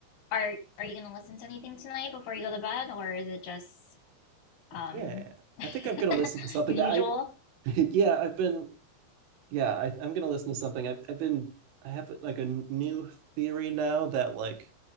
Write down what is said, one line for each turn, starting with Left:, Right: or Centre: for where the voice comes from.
Left: Are Are you gonna listen to anything tonight before you go to bed, or is it just um
Right: Yeah. I
Left: <laughs>
Right: think I'm gonna listen to something.
Left: your usual?
Right: I <laughs> yeah, I've been yeah, I, I'm gonna listen to something. i I've been I have like a new theory now that like